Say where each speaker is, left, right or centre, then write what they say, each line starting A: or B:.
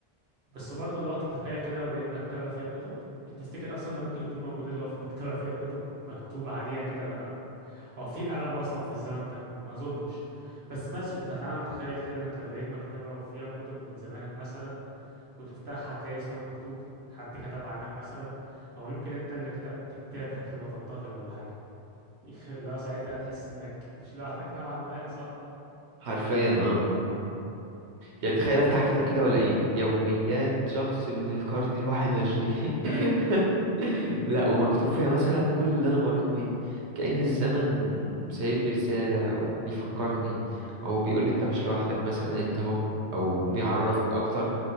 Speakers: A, on the right; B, on the right.
A: بس برضه اللي هو تتخيل كده لو لقيت مكتبة فيها كتب تفتكر أصلا ده ممكن يكون موجود اللي هو في مكتبة فيها كتب مكتوب عليها كده أو في قلم أصلا في الزمن ده ما أظنش بس ماشي أنت تعالى نتخيل كده إنك لو لقيت مكتبة وفيها كتب من زمانك مثلا وتفتحها هتلاقي اسمك مكتوب حد كتب عنك مثلا أو يمكن أنت اللي كتبت كتاب قبل ما تنتقل ولا حاجة <laughs> اللي هو ساعتها هتحس إنك مش لوحدك نوعا ما صح؟
B: حرفيا اه مم.
A: أه.
B: يعني تخيل افتح كتاب كده ولا عيني يوميات شخص من القرن الواحد وعشرين <laughs>
A: أي
B: لا ومكتوب فيها مثلا كل اللي انا مريت بيه كأن الزمن سايب لي رسالة او بيفكرني او بيقول لي انت مش لوحدك مثلا انت اهو او
A: مم.
B: بيعرفني اكتر